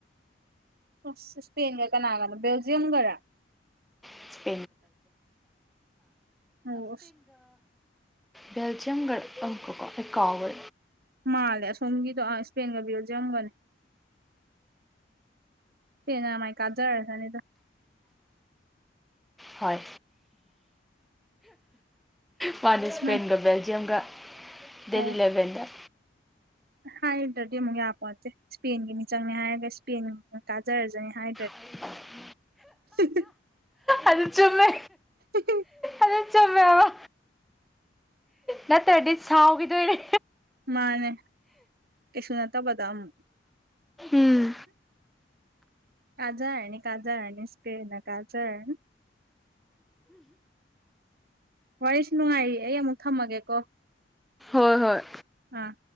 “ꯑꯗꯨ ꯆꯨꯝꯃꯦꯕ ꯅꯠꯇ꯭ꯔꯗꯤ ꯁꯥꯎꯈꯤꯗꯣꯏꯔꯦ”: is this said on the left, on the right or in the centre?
Centre